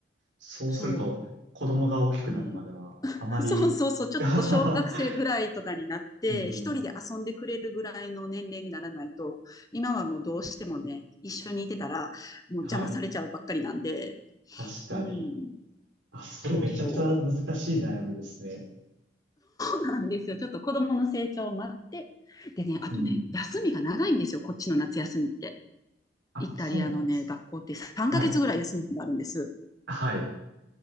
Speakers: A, on the right; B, on the left.
A: そうすると、
B: そ
A: 子供が大きくなるまでは、
B: う。うん、<laughs>
A: あまり、
B: そうそうそう、ちょっと小学生ぐらいとかになって、
A: <laughs> うん。
B: 一人で遊んでくれるぐらいの年齢にならないと、今はもうどうしてもね、一緒にいてたら、もう邪魔されちゃうばっかりなんで、
A: はい。確かに。
B: うん、
A: あ、それめちゃくちゃ難しい悩みですね。
B: そうそう。なんですよ。ちょっと子供の成長を待って。でね、あとね、
A: うん。
B: 休みが長いんですよ。こっちの夏休みって。
A: あ、
B: イタリアのね、
A: そうなんです。
B: 学校って3ヶ月ぐらい休みがあるんです。
A: はい。はい。